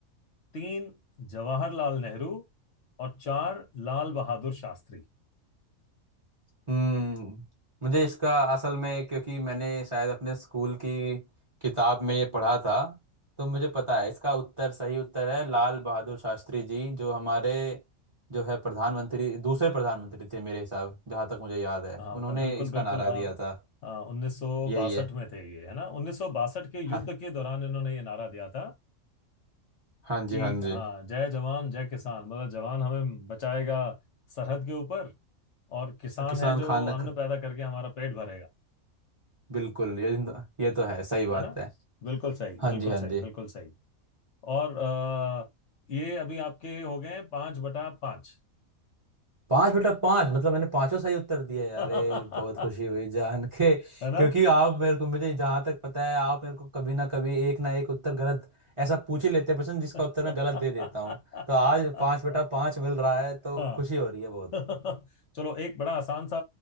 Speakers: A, on the left; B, on the right.
A: तीन जवाहरलाल नेहरू और चार लाल बहादुर शास्त्री
B: हम्म मुझे इसका असल में क्योंकि मैंने शायद अपने स्कूल की किताब में ये पढ़ा था तो मुझे पता है इसका उत्तर सही उत्तर है लाल बहादुर शास्त्री जी जो हमारे जो है प्रधानमंत्री दूसरे प्रधानमंत्री थे मेरे हिसाब जहाँ तक मुझे याद है
A: हाँ
B: उन्होंने
A: हाँ, बिल्कुल
B: इसका
A: बिल्कुल
B: नारा
A: हाँ
B: दिया था
A: उन्नीस सौ
B: यही
A: बासठ
B: है
A: में थे ये है ना उन्नीस सौ बासठ के युद्ध
B: हाँ
A: के दौरान इन्होंने ये नारा दिया था
B: हाँ
A: कि
B: जी हाँ जी
A: हाँ जय जवान जय किसान मतलब जवान हमें बचाएगा सरहद के ऊपर और किसान
B: किसान
A: है जो
B: खान
A: अन्न
B: का-
A: पैदा करके हमारा पेट भरेगा
B: बिल्कुल ये ये तो है सही बात
A: है ना
B: है
A: बिल्कुल सही
B: हाँ
A: बिल्कुल
B: जी हाँ
A: सही
B: जी
A: बिल्कुल सही और अ, ये अभी आपके हो गए हैं पाँच बटा पाँच
B: पांच बेटा पांच मतलब मैंने पांचों सही उत्तर दिए
A: <laughs> है
B: अरे बहुत खुशी हुई जान के
A: ना
B: क्योंकि आप मेरे को मुझे जहां तक पता है आप मेरे को कभी ना कभी एक ना एक उत्तर गलत ऐसा पूछ ही लेते हैं प्रश्न जिसका
A: <laughs>
B: उत्तर मैं गलत दे देता हूँ तो आज पांच बेटा पांच मिल रहा है तो
A: हाँ
B: खुशी हो रही है बहुत
A: <laughs> चलो एक बड़ा आसान सा